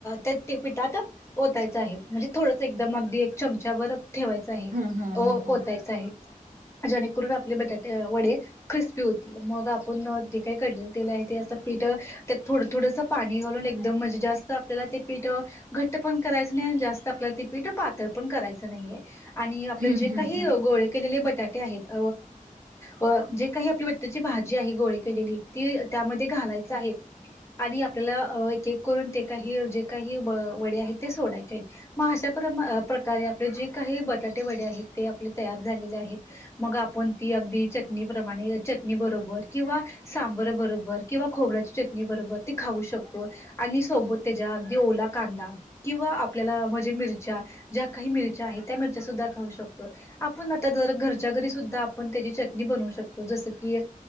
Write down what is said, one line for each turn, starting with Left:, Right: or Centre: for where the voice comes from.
Left: त्या पिठात ओतायचं आहे. म्हणजे, थोडस एकदम, अगदी, एक चमचावर ठेवायच आहे,
Right: हम्म हम्म हम्म
Left: ओतायचा आहे, ज्यानेकरून आपले बटाटे, वडे, क्रिस्पी होतील. मग आपण जे काही कढलेलं तेल आहे ते आता पीठ थोडं, थोडंसं, पाणी घालून एकदम मजे जास्त आपल्याला ते पीठ घट्ट पण करायच नाही, जास्त आपला ते पीठ पातळ पण करायचं नाही, आहे आणि
Right: हम्म
Left: जे
Right: हम्म
Left: काही गोळे केलेले ब बटाटे आहेत. व जे काही आपली बटाट्याची भाजी आहे, गोळे केलेली ती त्यामध्ये घालायच आहे. आणि आपलं एक, एक, करून ते काही, जे काही, वडे आहेत ते सोडायचे आहेत. मग अशा प्रकारे आपले जे काही बटाटे वडे आहेत. ते आपले तयार झालेले आहेत मग आपण अगदि चटणी प्रमाणे चटणी बरोबर किंवा सांबर बरोबर किंवा खोबऱ्या चटणी बरोबर ती खाऊ शकोतो. आणि सोबत त्याच्या अगदी ओला कांदा किंवा आपल्याला म्हणजे मिरच्या ज्या काही मिरच्या आहे त्या मिरच्या सुद्धा खाऊ शकतो. आपण आत्ता जर घरच्या घरी सुद्धा आपण त्याची चटनि बनऊ शकतो जस की,